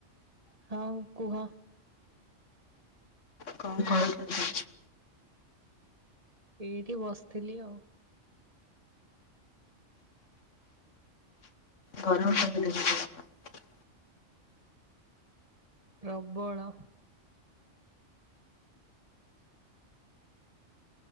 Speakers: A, on the right; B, on the left.
A: ହଁ କୁହ।
B: କଣ କରୁଛନ୍ତି?
A: ଏଇଠି ବସିଥିଲି ଆଉ।
B: ଗରମ କେମିତି ହଉଚି ତମ ଆଡ଼େ?
A: ପ୍ରବଳ।